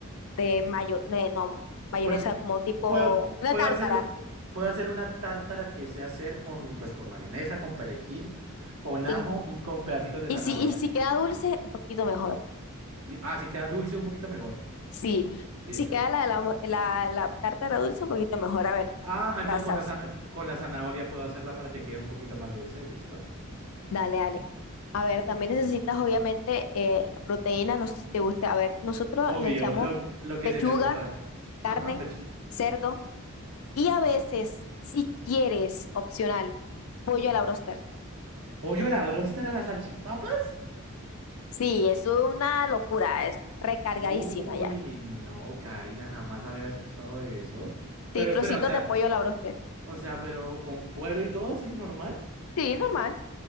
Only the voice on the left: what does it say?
de mayo, eh, no, mayonesa
como tipo
una
tártara.
Sí.
Y
si, y si queda dulce, un poquito mejor.
Sí.
Si queda la, la, la, la tártara dulce, un poquito mejor. A ver,
la salsa.
Dale, dale. A ver, también necesitas obviamente eh, la proteína, no sé si te guste. A ver, nosotros
le echamos
pechuga,
carne,
cerdo y a veces, si quieres, opcional, pollo a la broster.
Sí, es una locura, es recargadísima
ya.
Sí,
trocitos
de pollo a la broster.
Sí, normal,